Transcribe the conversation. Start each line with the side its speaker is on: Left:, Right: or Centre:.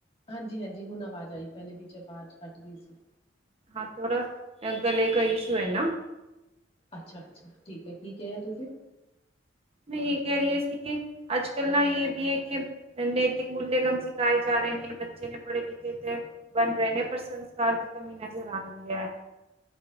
Left: ਹਾਂਜੀ-ਹਾਂਜੀ ਹੁਨ ਆਵਾਜ਼ ਆਈ ਪੈਲੇ ਵਿੱਚ ਆਵਾਜ਼ ਕੱਟਦੀ ਸੀ।
Right: ਹਾਂ ਥੋੜਾ ਗਲੇ ਕਾ ਇਸ਼ੂ ਐ ਨਾ।
Left: ਅੱਛਾ-ਅੱਛਾ ਠੀਕ ਐ ਕੀ ਕਿਆ ਤੁਸੀਂ।
Right: ਮੈਂ ਯੇ ਕੈ ਰਈ ਸੀ ਕੇ ਅੱਜ-ਕੱਲ ਨਾ ਯੇ ਵੀ ਐ ਕੇ ਨੈਤਿਕ ਮੂਲਯ ਕਮ ਸਿਖਾਏ ਜਾ ਰਏ ਨੇ ਬੱਚੇ ਨੇ ਪੜੇ ਲਿਖੇ ਤੇ ਬਨ ਰਏ ਨੇ ਪਰ ਸੰਸਕਾਰ ਦੀ ਕਮੀ ਨਜ਼ਰ ਆਂਦੀ ਐ।